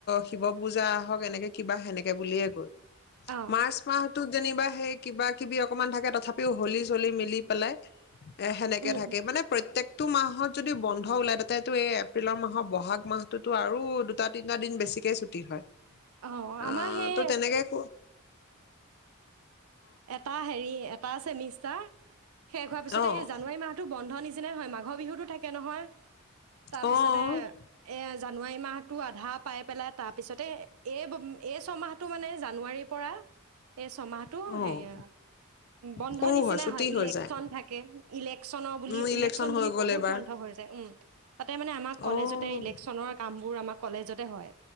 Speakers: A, on the left; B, on the right.
A: শিৱ পূজা আহক এনেকে কিবা সেনেকে বুলিয়ে গ'ল।
B: অ
A: মাৰ্চ মাহটো যেনিবা সেই কিবা কিবি অকমান থাকে তথাপিও হলি চলি মিলি পেলাই। এ সেনেকে
B: উম
A: থাকে
B: উম
A: মানে প্ৰত্যেক টো মাহত যদি বন্ধ ওলাই তাতেইটো এই এপ্ৰিলৰ মাহৰ বহাগ মাহটোতো আৰু দুটা তিনিটা দিন বেছিকে ছুটি হয়।
B: অ
A: আ
B: আমাৰ সেই
A: তো তেনেকে <inaudible>
B: এটা হেৰি এ পাৰ‌ ছেমিষ্টাৰ? শেষ হোৱাৰ পিছতে
A: অ',
B: এই জানুৱাৰী মাহটো বন্ধ নিচিনা <unintelligible> হয় মাঘৰ বিহুতো থাকে নহয়। তাৰপিছতে
A: অ',
B: এইয়া জানুৱাৰী মাহটো আধা পাই পেলাই। তাৰপিছতে এই এই ছমাহটো মানে জানুৱাৰীৰ পৰা এই ছমাহটো
A: অ',
B: সেয়া বন্ধ
A: সৰু
B: নিচিনা
A: ছুটি
B: হয়
A: হৈ
B: ইলেকচন
A: যায়।
B: থাকে। ইলেকশচনৰ বুলি
A: উম,
B: ইলেকচন
A: হৈ
B: বুলি
A: গ'ল
B: বহুত
A: এইবাৰ
B: বন্ধ হৈ যায়। উম। তাতে মানে আমাক কলেজতে
A: অ',
B: ইলেকচনৰ কাম বোৰ আমাক কলেজতে হয়।